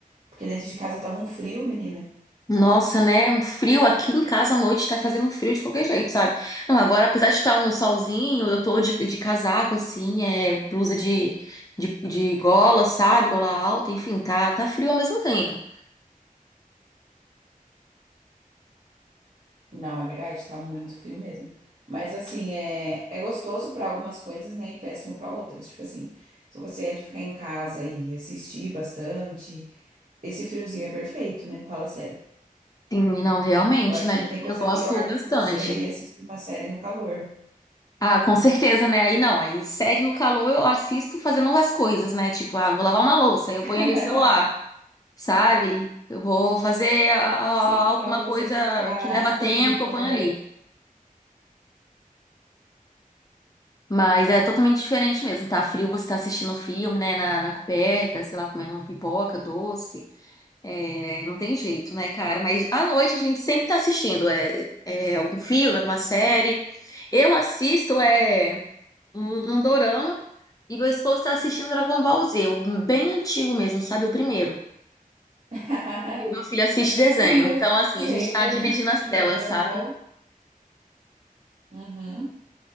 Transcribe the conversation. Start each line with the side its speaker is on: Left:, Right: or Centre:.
Right: Porque dentro de casa tava um frio, menina.
Left: Nossa, né? Um frio aqui em casa à noite tá fazendo um frio de qualquer jeito, sabe? Não, agora apesar de estar um solzinho, eu tô de, de casaco assim, é blusa de, de, de gola, sabe? Gola alta, enfim, tá tá frio ao mesmo tempo.
Right: Não, é verdade, tá muito frio mesmo. Mas assim, é, é gostoso pra algumas coisas, né? E péssimo pra outras. Tipo assim, se você é de ficar em casa e assistir bastante, esse friozinho é perfeito, né? Fala sério.
Left: Sim, não, realmente,
Right: Eu acho
Left: né?
Right: que não tem coisa
Left: Eu gosto
Right: pior
Left: bastante.
Right: do que você ir assistir uma série no calor.
Left: Ah, com certeza, né? Aí não, aí série no calor eu assisto fazendo as coisas, né? Tipo, ah, vou lavar uma louça, aí eu
Right: <laughs>
Left: ponho ali o celular, sabe? Eu vou fazer ah, ah,
Right: Sim, não
Left: alguma
Right: dá pra
Left: coisa
Right: você ficar
Left: que leva
Right: encolhido
Left: tempo,
Right: na
Left: eu ponho
Right: coberta.
Left: ali. Mas é totalmente diferente mesmo. Tá frio, você tá assistindo filme, né? Na, na coberta, sei lá, comendo um pipoca, doce. É, não tem jeito, né, cara? Mas à noite a gente sempre tá assistindo é, é algum filme, alguma série. Eu assisto é um um dorama. E meu esposo tá assistindo Dragon Ball Z, o bem antigo mesmo, sabe? O primeiro.
Right: <laughs>
Left: E o meu filho assiste desenho.
Right: Sim, eu
Left: Então, assim,
Right: sei,
Left: a gente
Right: eu
Left: tá
Right: já
Left: dividindo
Right: assisti
Left: as
Right: também
Left: telas,
Right: Dragon
Left: sabe?
Right: Ball. Uhum.